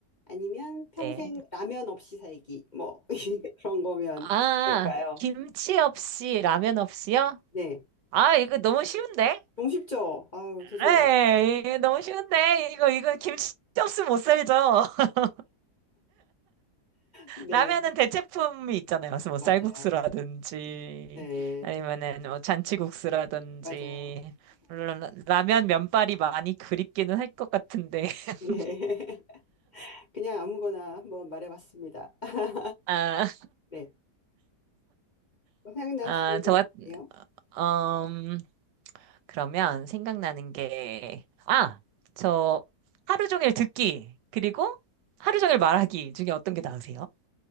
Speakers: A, on the left; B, on the right.
A: 아니면 평생
B: 네.
A: 라면 없이 살기? 뭐, <laughs> 그런 거면
B: 아,
A: 어떨까요?
B: 김치 없이 라면 없이요?
A: 네.
B: 아, 이거 너무 쉬운데?
A: 너무 쉽죠? 아우, 죄송해요.
B: 네, 이게 너무 쉬운데? 이거, 이거 김치 없으면 못 살죠. <laughs>
A: 네.
B: 라면은 대체품이 있잖아요. 무슨 뭐
A: 맞아요.
B: 쌀국수라든지,
A: 네.
B: 아니면은 뭐 잔치국수라든지.
A: 맞아요.
B: 물론 라- 라면 면발이 많이 그립기는 할 것 같은데. <laughs>
A: 네. <laughs> 그냥 아무거나 한번 말해봤습니다. <laughs>
B: 아,
A: 네. 뭐 생각나시는
B: 아,
A: 게
B: 저, 같-
A: 있으세요?
B: 음, 그러면 생각나는 게, 아, 저 하루 종일 듣기, 그리고 하루 종일 말하기 중에 어떤 게 나으세요?